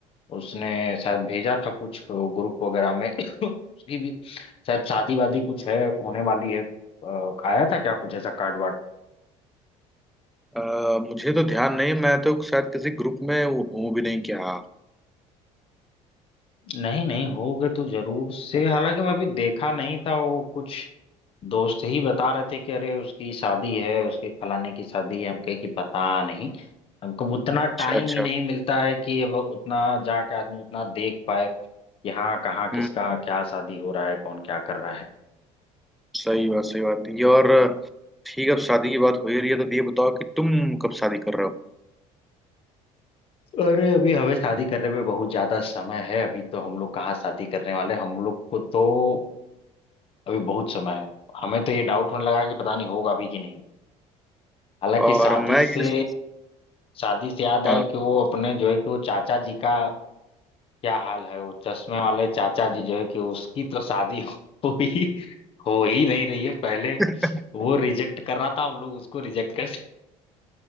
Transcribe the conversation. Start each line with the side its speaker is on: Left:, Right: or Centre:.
Left: उसने शायद भेजा था कुछ ग्रुप वगैरह में <coughs> <laughs> उसकी भी शायद शादी वादी कुछ है होने वाली है अ, आया था क्या कुछ ऐसा कार्ड
Centre: अ, मुझे तो ध्यान नहीं मैं तो शायद किसी ग्रुप में हूँ भी नहीं क्या
Left: नहीं नहीं होगे तो जरूर से हालांकि मैं भी देखा नहीं था वो कुछ दोस्त ही बता रहे थे कि अरे उसकी शादी है उसकी फलाने की शादी है हम कहे कि पता नहीं हमको उतना
Centre: अच्छा
Left: टाइम
Centre: अच्छा
Left: ही नहीं मिलता है कि अब उतना जाके आदमी उतना देख पाए कि हाँ कहाँ किसका
Centre: हम्म
Left: क्या शादी हो रहा है कौन क्या कर रहा है
Centre: सही बात सही बात ये और ठीक है अब शादी की बात हो ही रही है तो ये बताओ कि तुम कब शादी कर रहे हो
Left: अरे अभी हमें शादी करने में बहुत ज्यादा समय है अभी तो हम लोग कहाँ शादी करने वाले हैं। हम लोग को तो अभी बहुत समय है हमें तो ये डाउट होने लगा कि पता नहीं होगा अभी कि नहीं हालांकि
Centre: और
Left: शादी
Centre: मैं
Left: से
Centre: ये सोच-
Left: शादी से याद
Centre: हाँ
Left: आए कि वो अपने जो है कि वो चाचा जी का क्या हाल है वो चश्मे वाले चाचा जी जो है कि उसकी तो शादी <laughs> हो ही हो ही नहीं रही है पहले
Centre: <laughs>
Left: वो रिजेक्ट कर रहा था हम लोग उसको रिजेक्ट कर